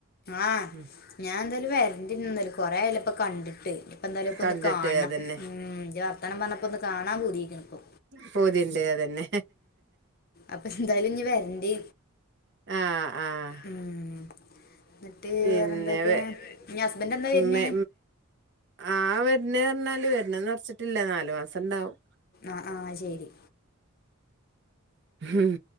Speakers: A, on the left; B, on the right.
A: ആഹ്
B: ഉം
A: ഞാൻ എന്തായാലും വേ <unintelligible> കൊറെയാല്ലോ ഇപ്പ കണ്ടിട്ട് ഇപ്പ എന്തായാലും ഒക്കെ
B: കണ്ടിട്ട്
A: ഒന്ന് കാണണം
B: അതന്നെ
A: ഉം കാണാ പൂതിി ആയിക്ക്ണ്
B: പോതിണ്ട് അതന്നെ
A: അപ്പൊ എന്തായാലും ഇനി വരണ്ട്
B: ആഹ് ആഹ്
A: ഉം എന്നിട്ട് വേറെ
B: പിന്നെ
A: എന്തൊക്കെ
B: വെ
A: ഞി ഹസ്ബന്റ് എന്ന വരുന്നേ
B: മെ ആ വരുന്നറഞ്ഞാല് വരുന്നന്ന്റച്ചിട്ടില്ല നാലു മാസം ഉണ്ടാവും
A: ആ ആഹ് ശെരി
B: ഉം